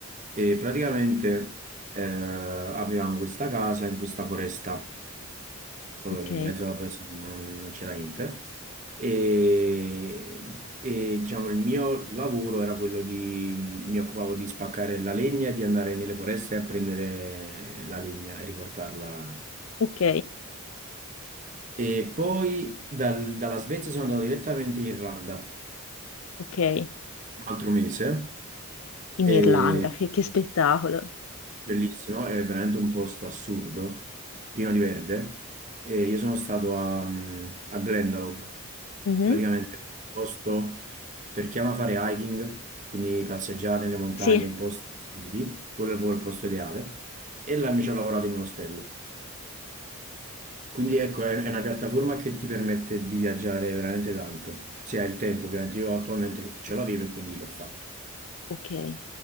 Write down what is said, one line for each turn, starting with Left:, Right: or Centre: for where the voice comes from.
Right: e praticamente eh, avevamo questa casa in questa foresta, proprio
Left: Ok,
Right: in mezzo alla foresta non, non c'era niente. E, e, diciamo il mio lavoro era quello di, mi occupavo di spaccare la legna e di andare nelle foreste a prendere la legna e riportarla.
Left: ok,
Right: E poi dal- dalla Svezia sono andato direttamente in Irlanda,
Left: ok.
Right: un altro mese.
Left: In
Right: E
Left: Irlanda, che, che spettacolo.
Right: Bellissimo, è veramente un posto assurdo, pieno di verde. E io sono stato a, mm, a Glendalough,
Left: Mhm.
Right: praticamente è un posto per chi ama fare hiking, quindi passeggiare nelle montagne
Left: Sì,
Right: in posti assurdi, quello è proprio il posto ideale. E là mi ci ho lavorato in un ostello. Quindi ecco, è è una piattaforma che ti permette di viaggiare veramente tanto. Se hai il tempo, ovviamente io attualmente ce l'avevo e quindi l'ho fatto.
Left: ok,